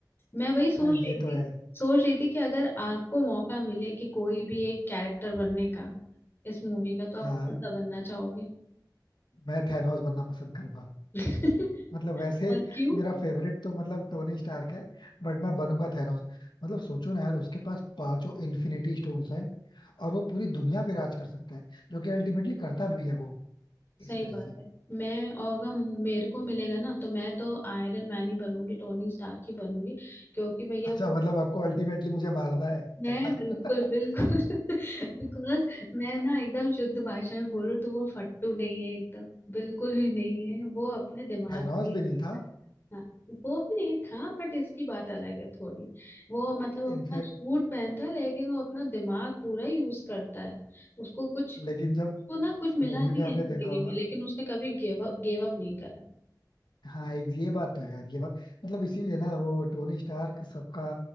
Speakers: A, on the left; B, on the left.
A: मैं वही सोच
B: हाँ ये
A: रही थी
B: तो है
A: सोच रही थी कि अगर आपको मौका मिले कि कोई भी एक कैरेक्टर बनने का इस मूवी का तो आप
B: हाँ
A: कौन सा बनना चाहोगे
B: मैं थैनोस बनना पसंद करूंगा
A: <laughs>
B: मतलब वैसे
A: और क्यों
B: मेरा फेवरेट तो मतलब टोनी स्टार्क है बट मैं बनूंगा थैनोस मतलब सोचो ना यार उसके पास पांचों इन्फिनिटी स्टोन्स है और वो पूरी दुनिया पे राज कर सकता है जो कि अल्टीमेटली करता भी है वो
A: सही
B: इस वजह
A: बात
B: से
A: है मैं और अगर मेरे को मिलेगा ना तो मैं तो आयरन मैन ही बनूंगी टोनी स्टार्क ही बनूंगी क्योंकि भैया
B: अच्छा
A: वो
B: मतलब आपको अल्टीमेटली मुझे मारना है
A: मैं
B: ऐसा
A: बिल्कुल
B: <laughs>
A: बिल्कुल <laughs> बिकॉज मैं ना एकदम शुद्ध भाषा में बोलूँ तो वो फट्टू नहीं है एकदम बिल्कुल भी नहीं है वो अपने दिमाग
B: थैनोस
A: पे
B: भी नहीं था
A: हाँ, वो भी नहीं था बट इसकी बात अलग है थोड़ी वो मतलब अपना
B: इनफैक्ट
A: सूट पहनता है लेकिन वो अपना दिमाग पूरा यूज करता है उसको कुछ
B: लेकिन जब
A: उसको ना कुछ मिला
B: मूवी
A: नहीं
B: में
A: है
B: आपने
A: जिंदगी
B: देखा होगा
A: में लेकिन उसने कभी गिव अप गिव अप नहीं करा
B: हाँ एक ये बात तो है यार ये बात मतलब इसीलिए ना वो टोनी स्टार्क सबका